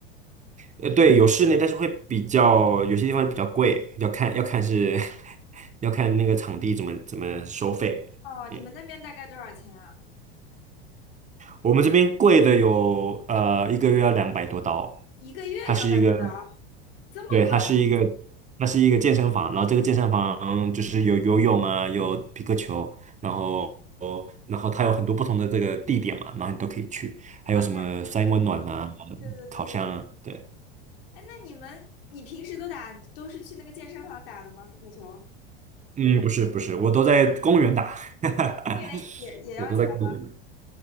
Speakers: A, on the right; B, on the left.
A: 呃，对，有室内，但是会比较有些地方比较贵，要看要看是 <laughs> 要看那个场地怎么怎么收费。
B: 哦，你们那边大概多少钱啊？
A: 嗯。我们这边贵的有呃一个月要两百多刀，
B: 一个月两百多刀，
A: 它是一个
B: 这么贵？
A: 对，它是一个那是一个健身房，然后这个健身房就是有游泳啊，有皮克球，然后然后它有很多不同的这个地点嘛，然后你都可以去，还有什么三温暖啊、
B: 哦，那对对对对对。
A: 烤箱啊对，
B: 哎，那你们你平时都打都是去那个健身房打的吗？匹克球
A: 嗯，不是不是，我都在公园打，<laughs>
B: 会员也也要钱吗？
A: 我都在公园，